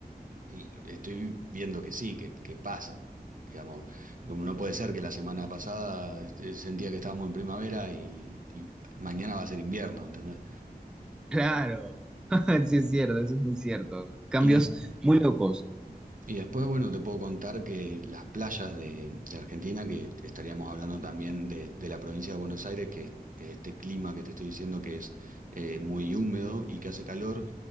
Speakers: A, on the right (about 55°); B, in the centre.
A: y estoy viendo que sí, que, que pasa. Digamos, como no puede ser que la semana pasada eh, sentía que estábamos en primavera y, y mañana va a ser invierno, ¿entendés?
B: Claro. <laughs> Sí, es cierto, eso es muy cierto. Cambios
A: Y, des-
B: muy locos.
A: Y después, bueno, te puedo contar que las playas de, de Argentina, que estaríamos hablando también de, de la provincia de Buenos Aires, que es este clima que te estoy diciendo que es eh, muy húmedo y que hace calor,